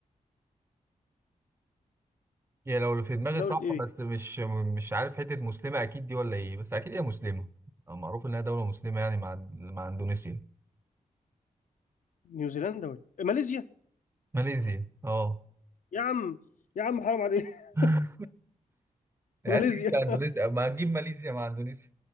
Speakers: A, on the right (about 20°); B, on the left (about 70°).
A: يعني لو اللي في دماغي
B: دولة
A: صح
B: إيه
A: بس
B: دي؟
A: مش مش عارف حتة مسلمة أكيد دي ولا إيه بس أكيد هي مسلمة آه، معروف إنها دولة مسلمة يعني مع مع أندونيسيا
B: نيوزيلندا ولا إيه؟ ماليزيا
A: ماليزيا أه
B: يا عم يا عم حرام عليك <laughs>
A: <laughs> يعني
B: ماليزيا
A: أنت جبت أندونيسيا ما هتجيب ماليزيا مع أندونيسيا